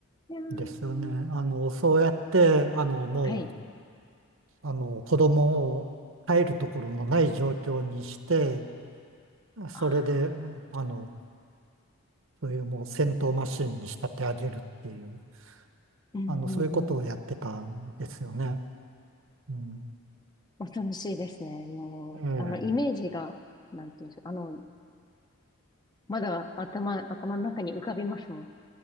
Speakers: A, on the left; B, on the right.
A: いやー
B: ですよね。あの、そうやって、あの、も
A: はい。
B: う、あの、子供を帰るところのない状況にして、それで、
A: あ、
B: あの、そういうもう戦闘マシンに仕立て上げるっていう、
A: うんうんうん。
B: あの、そういうことをやってたんですよね。うん。
A: 恐ろしいですね。もう、
B: ええ、
A: あの、イメージが、なんていうんでしょう。あの、まだ頭、頭の中に浮かびますもん。